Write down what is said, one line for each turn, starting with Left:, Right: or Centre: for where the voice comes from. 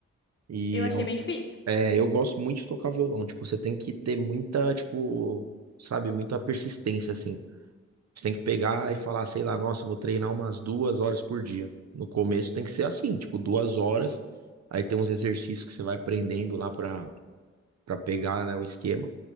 Right: E
Left: Eu achei
Right: é, um-
Left: bem difícil.
Right: é, eu gosto muito de tocar violão, tipo, você tem que ter muita, tipo, sabe, muita persistência, assim. Você tem que pegar e falar, sei lá, nossa, eu vou treinar umas duas horas por dia. No começo tem que ser assim, tipo, duas horas. Aí tem uns exercícios que você vai aprendendo lá pra, pra pegar, né, o esquema.